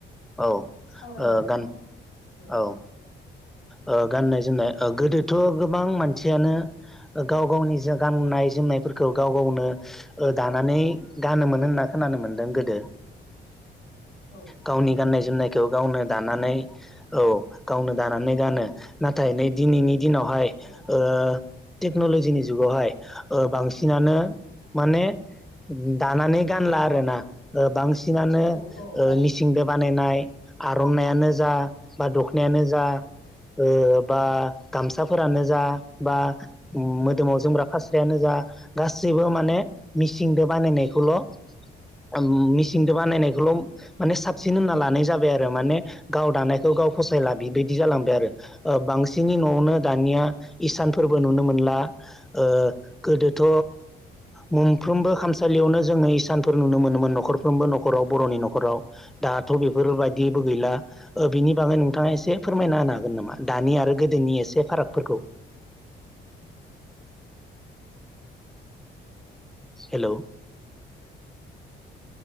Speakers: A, in the centre; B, on the left (about 85°).
A: औ औ
B: सावरायनो
A: गान
B: हागोन दे
A: औ। औ। ओ गाननाय जोमनाय गोदोथ' गोबां मानसियानो गाव गावनि गाननाय जोमनाय फोरखौ गाव गावनो दानानै गानोमोन होनना खोनानो मोनदों गोदो।
B: औ
A: गावनि
B: मानोमोन
A: गाननाय जोमनायखौ गावनो दानानै औ गावनो दानानै गानो नाथाय नै दिनैनि दिनावहाय
B: औ
A: ओ। टेक्न'लजिनि जुगावहाय बांसिनानो माने दानानै गानला आरोना बांसिन। ओ बांसिनानो
B: औ औ दा
A: मिसिंबो बानायनाय आर'नायइानो जा बा दखनायानो जा। ओ बा गामसाफोरानो जा बा मोदोमाव जोमग्रा फास्रायानो जा गासैबो माने
B: औ
A: मिसिंदो बानायनायखौल' उम मिसिंदो बानायनायखौल' माने साबसिन होनना लानाय जाबाय आरो माने गाव दानायखौ गाव फसायला। बेबायदि जालांबाय आरो बांसिननि न'आवनो दानिया इसानफोरबो नुनो मोनला। ओ गोदोथ' मोनफ्रोमबो खामसालियावनो जोङो इसानफोर नुनो मोनोमोन न'खरफ्रोमबो न'खराव बर'नि न'खराव। दाथ' बेफोरबायदिबो गैला बिनि बागै नोंथाङा एस से फोरमायना होनो हागोन नामा दानि आरो गोदोनि एसे फारागफोरखौ। <inaudible> हेलौ।